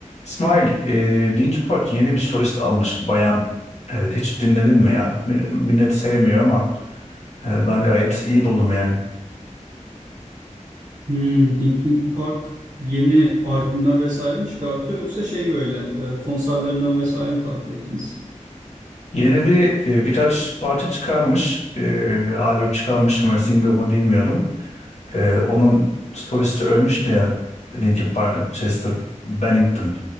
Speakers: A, on the left; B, on the right.
A: İsmail, e, Linkin Park yeni bir solist almış bayan. E, hiç dinledin mi ya? Mil- Millet sevmiyor ama e, ben gayet iyi buldum yani.
B: Hmm, Linkin Park yeni albümler vesaire mi çıkartıyor yoksa şey böyle e, konserlerinden vesaire mi takip ettiniz?
A: Yeni bir e, birkaç parça çıkarmış, e, albüm çıkarmış mı, single mı bilmiyorum. E, onun solisti ölmüştü ya Linkin Park'ın Chester Bennington.